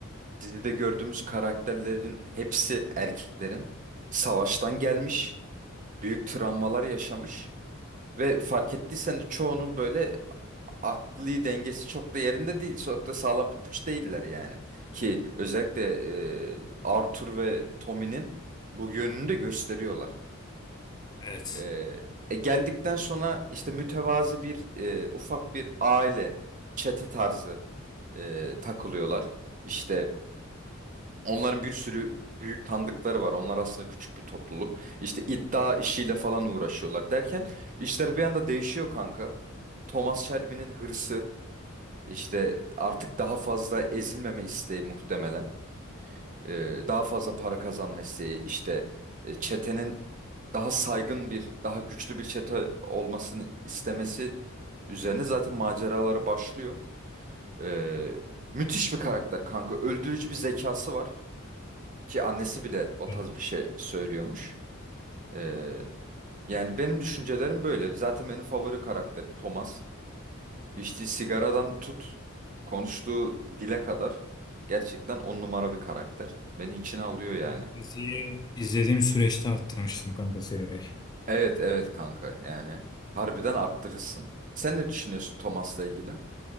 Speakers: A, on the right; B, on the left.
A: Dizide gördüğümüz karakterlerin hepsi erkeklerin savaştan gelmiş, büyük travmalar yaşamış. Ve fark ettiysen de çoğunun böyle akli dengesi çok da yerinde değil. Çok da sağlam papuç değiller yani. Ki özellikle e, Arthur ve Tommy'nin bu yönünü de gösteriyorlar.
B: Evet.
A: E, e, geldikten sonra işte mütevazi bir e, ufak bir aile çete tarzı e, takılıyorlar. İşte Onların bir sürü büyük tanıdıkları var. Onlar aslında küçük bir topluluk. İşte iddia işiyle falan uğraşıyorlar derken işler bir anda değişiyor kanka. Thomas Shelby'nin hırsı işte artık daha fazla ezilmeme isteği muhtemelen. Ee, daha fazla para kazanma isteği işte e, çetenin daha saygın bir, daha güçlü bir çete olmasını istemesi üzerine zaten maceraları başlıyor. Ee, müthiş bir karakter kanka. Öldürücü bir zekası var. Ki annesi bile o
B: Evet.
A: tarz bir şey söylüyormuş. Ee, yani benim düşüncelerim böyle. Zaten benim favori karakterim Thomas. İçtiği sigaradan tut, konuştuğu dile kadar gerçekten on numara bir karakter. Beni içine alıyor
B: Doğru.
A: yani.
B: Diziyi izlediğim süreçte arttırmıştım kanka sigarayı.
A: Evet evet kanka yani. Harbiden arttırırsın. Sen ne düşünüyorsun Thomas'la ilgili?